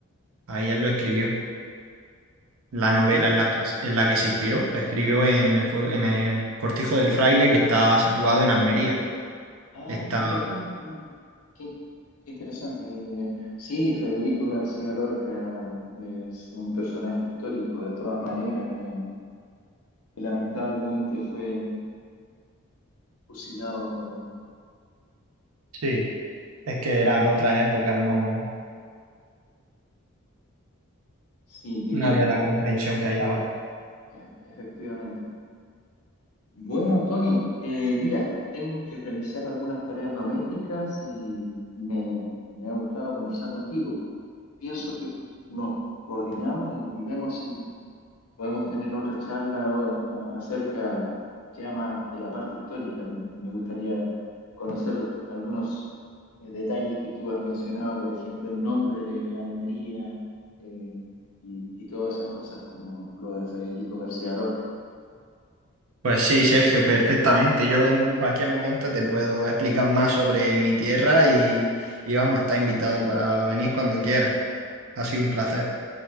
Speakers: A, on the right; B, on the left.
A: Ahí él lo escribió. la novela
B: Mira,
A: en la que, en la que se inspiró. La escribió en el, fue-
B: sí.
A: en el Cortijo del Fraile, que está situado en Almería.
B: Ah,
A: Está...
B: mira tú. mm, Qué, qué interesante. que- sí, Federico García Lorca es un personaje histórico, de todas maneras. eh, y lamentablemente fue fusilado por...
A: Sí, es que eran otras épocas, no,
B: Sí, qué
A: no
B: bien,
A: había la comprensión que hay ahora.
B: e- efectivamente. Bueno, Antonio, eh, mira, tengo que realizar algunas tareas domésticas y me, me ha gustado conversar contigo. Pienso que nos coordinamos y, y vemos si Podemos tener otra charla o- acerca ya más de la parte histórica. Me, me gustaría conocer algunos eh, detalles que tú has mencionado, por ejemplo, el nombre de Almería eh, y, y todas esas cosas como lo de Federico García Lorca.
A: Pues sí, Sergio, perfectamente. Yo en cualquier momento te puedo explicar más sobre mi tierra y, y vamos, está invitado para venir cuando quieras. Ha sido un placer.